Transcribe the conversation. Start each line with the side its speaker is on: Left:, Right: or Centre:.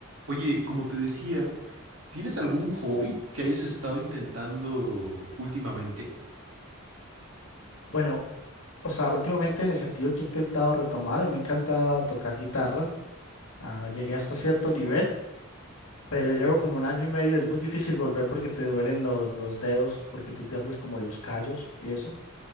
Right: Oye, como te decía, ¿tienes algún hobby que hayas estado intentando últimamente?
Left: Bueno, o sea, últimamente en el sentido que he intentado retomar, a mí me encanta tocar guitarra. ah, llegué hasta cierto nivel, pero llevo como un año y medio. Es muy difícil volver porque te duelen los, los dedos, porque tú pierdes como los callos y eso.